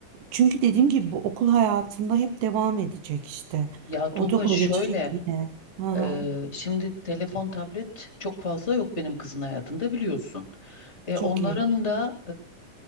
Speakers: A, on the right; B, on the left.
A: Çünkü dediğim gibi bu okul hayatında hep devam edecek işte.
B: Ya Tuğba
A: Ortaokula
B: şöyle
A: geçecek yine. Aha,
B: e, şimdi telefon tablet çok fazla yok benim kızın hayatında biliyorsun. E,
A: çok
B: onların
A: iyi.
B: da